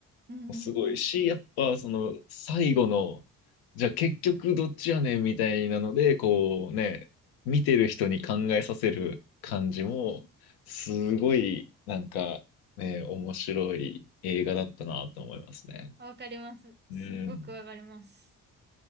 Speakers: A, on the right (about 25°); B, on the left (about 65°).
A: うんうん
B: もすごいし、やっぱその最後の、じゃあ結局どっちやねんみたいなので、こうね、見てる人に考えさせる感じも、すごいなんかね、面白い映画だったなと思いますね。
A: わかります。すっごくわかります。
B: うん。